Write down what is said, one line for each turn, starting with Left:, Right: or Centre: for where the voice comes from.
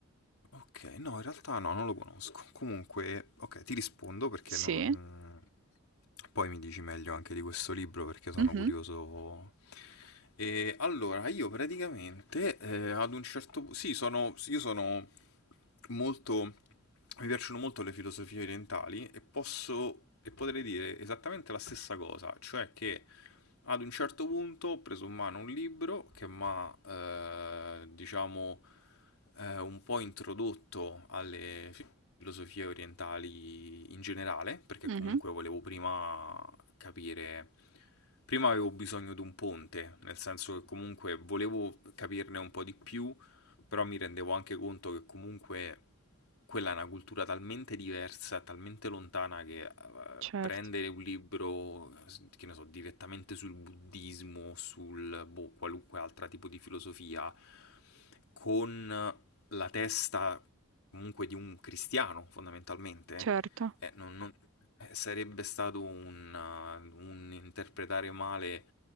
Left: Ok, no, in realtà no, non lo conosco. Comunque, ok, ti rispondo perché
Right: Sì,
Left: non... poi mi dici meglio anche di questo libro perché sono
Right: mhm,
Left: curioso. E allora, io praticamente eh, ad un certo punto... Sì, sono... io sono molto... Mi piacciono molto le filosofie orientali e posso... e potrei dire esattamente la stessa cosa, cioè che... Ad un certo punto ho preso in mano un libro che mi ha, eh, diciamo, eh, un po' introdotto alle fi- filosofie orientali in generale, perché
Right: mhm,
Left: comunque volevo prima capire, prima avevo bisogno di un ponte, nel senso che comunque volevo capirne un po' di più però mi rendevo anche conto che comunque quella è una cultura talmente diversa, talmente lontana che eh,
Right: Certo,
Left: prendere un libro, eh, s- che ne so, direttamente sul buddismo, sul boh, qualunque altro tipo di filosofia, con la testa comunque di un cristiano, fondamentalmente,
Right: certo,
Left: eh, non- non- eh, sarebbe stato un, eh, un interpretare male